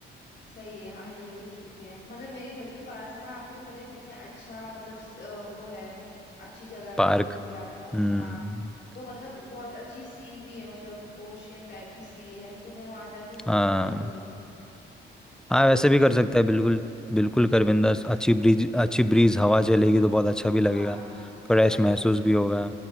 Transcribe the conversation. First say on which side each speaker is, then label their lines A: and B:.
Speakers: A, on the left; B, in the centre.
A: सही है हाँ ये भी ठीक है मतलब मेरे घर के पास ना आपको तो पता है कितने अच्छा मतलब स- अ, वो है अच्छी जगह है
B: पार्क
A: मेरे घर के आसपास
B: हम्म
A: हाँ तो मतलब बहुत अच्छी सी भी है मतलब ओशियन टाइप की सी है तो मैं वहां जाके सोच
B: हाँ
A: रही हूँ कर लूँ
B: हाँ वैसे भी कर सकता है बिल्कुल बिल्कुल कर बिंदास
A: है ना
B: अच्छी ब्रीज अच्छी ब्रीज हवा चलेगी तो बहुत अच्छा
A: हाँ
B: भी लगेगा फ्रेश
A: वही
B: महसूस
A: वही
B: भी होगा